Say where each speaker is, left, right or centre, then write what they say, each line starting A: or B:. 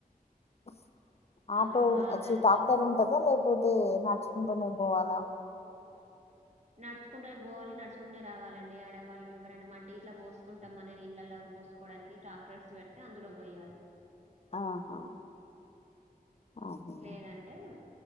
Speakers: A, on the left; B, on the right.
A: <inaudible> ఆటో
B: అందులో హాజరు.
A: అచ్చి ట్రాక్టర్ ఉంటాదా లేకపోతే నడుచుకుంటూనే పోవాలా
B: నాడ్చ్ కుంటేనే పోవాలి నడుచుకునే రావాలండి ఆడ వాళ్ళు ఎవరైనా మట్టి ఇలా పోసుకుంటాం మనని ఇళ్లలో పోసుకోడానికి ట్రాక్టర్స్ పెడితే అందులోకి పోయాలి
A: ఆహా అదే
B: లేదంటే